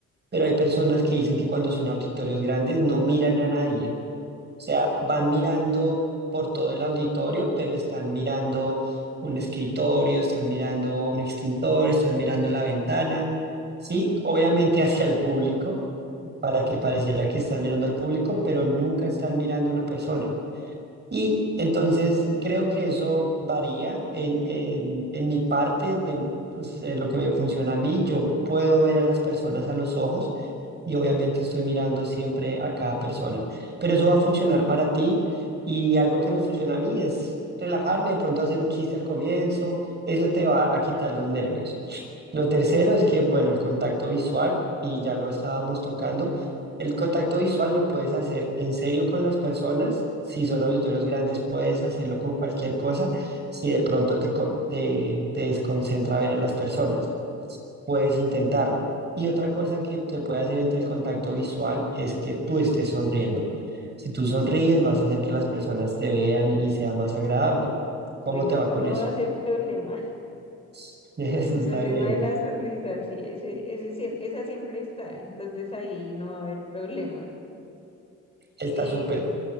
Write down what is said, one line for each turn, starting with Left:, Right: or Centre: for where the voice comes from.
Right: Pero hay personas que dicen que cuando son auditorios grandes no miran a nadie sea, van mirando por todo el auditorio, pero están mirando un escritorio, están mirando un extintor, están mirando la ventana. Sí, obviamente hacia el público, para que
Left: <laughs>
Right: pareciera que están mirando al público, pero nunca están mirando a una persona. Y entonces creo que eso varía en, en, en mi parte de pues, eh, lo que me funciona a mí. Yo puedo ver a las personas a los ojos y obviamente estoy mirando siempre a cada persona, pero eso va a funcionar para ti y algo que me funciona a mí es relajarme, de pronto hacer un chiste al comienzo, eso te va a quitar los nervios. Lo tercero es que, bueno, el contacto visual, y ya lo estábamos tocando. El contacto visual lo puedes hacer en serio con las personas. Si son auditorios grandes, puedes hacerlo con cualquier cosa. Si de pronto te, co- te, te desconcentra ver a las personas, puedes intentarlo. Y otra cosa que te puede hacer entre el contacto visual es que tú estés sonriendo. Si tú sonríes, vas a hacer que las personas te vean y sea más agradable. ¿Cómo
Left: Bueno,
Right: te
Left: eso
Right: va con
Left: no
Right: eso?
Left: va a ser problema.
Right: <laughs> Eso
Left: El problema
Right: está bien,
Left: de la sonrisa, sí, ese, ese, sie- esa siempre está, entonces ahí no va a haber problema.
Right: está
Left: Eh,
Right: súper.